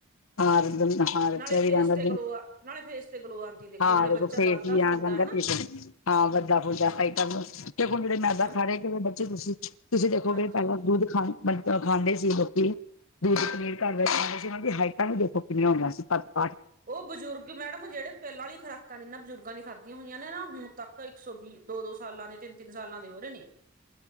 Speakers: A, on the left; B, on the right.
A: ਹ ਹ ਰ ਵੀ ਜਾਂ
B: ਨਾਲੇ ਫੇਸ
A: ਲ
B: ਤੇ ਗਲੋ ਨਾਲੇ ਫੇਸ ਤੇ ਗਲੋ ਆਂਦੀ ਦੇਖੋ
A: ਹਾਂ
B: ਨਾਲੇ ਬੱਚਾ
A: ਫੇ
B: ਵੱਧਦਾ
A: ਜੀ ਆ
B: ਫੁੱਲਦਾ
A: ਜਾਂਦਾ
B: ਹਨਾ
A: ਪੇਸੇਂਟ ਹਾਂ ਵੱਡਾ ਫੂਜਾ ਖਾਈ ਕਰ ਤੇ ਹੁਣ ਜਿਹੜੇ ਮੈਦਾ
B: ਹਾਂ
A: ਖਾਰੇ ਕਿ ਬੱਚੇ ਤੁਸੀਂ ਤੁਸੀਂ ਦੇਖੋਗੇ
B: ਹਾਂਜੀ
A: ਪਹਿਲਾਂ ਦੁੱਧ ਖਾਣ ਮਤਲਬ ਖਾਂਦੇ ਸੀ ਲੋਕੀ ਦੁੱਧ ਪਨੀਰ ਘਰ ਵਿੱਚ ਖਾਂਦੇ ਸੀ ਉਹਨਾਂ ਦੀ ਹਾਈਟਾਂ ਵੀ ਦੇਖੋ ਕਿੰਨੀਆਂ ਹੁੰਦੀਆਂ ਸੀ ਪਤਾ
B: ਉਹ ਬਜ਼ੁਰਗ ਮੈਡਮ ਜਿਹੜੇ ਪਹਿਲਾਂ ਵਾਲੀ ਖੁਰਾਕ ਕਾ ਜਿੰਨਾਂ ਬਜ਼ੁਰਗਾਂ ਦੀ ਖਾਧੀਆਂ ਹੋਈਆਂ ਨੇ ਨਾ ਹੁਣ ਤੱਕ ਇੱਕ ਸੌ ਵੀਹ ਦੋ ਦੋ ਸਾਲਾਂ ਦੇ ਤਿੰਨ ਤਿੰਨ ਸਾਲਾਂ ਦੇ ਹੋ ਰਹੇ ਨੇ